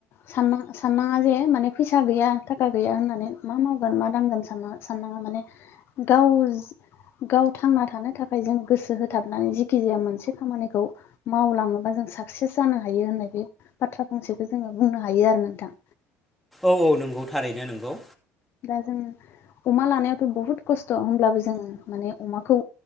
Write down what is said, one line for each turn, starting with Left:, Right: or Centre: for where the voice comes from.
Left: सान साननाङा जे माने फैसा गैया थाखा गैया होननानै मा मावगोन मा दांगोनस साना सानाङा माने गाव जि गाव थांना थानो थाखाय जों गोसो होथाबनानै जिखि जाया मोनसे खामानिखौ मावलाङोबा जों साक्सेस जानो हायो होननाय बे बाथ्रा फंसेखो जोङो बुंनो हायो आरो नोंथां।
Centre: औ औ नोंगौ थारैनो नंगौ।
Left: दा जों अमा लानायावथ' बहुद खस्थ' होमब्लाबो जोङो माने अमाखौ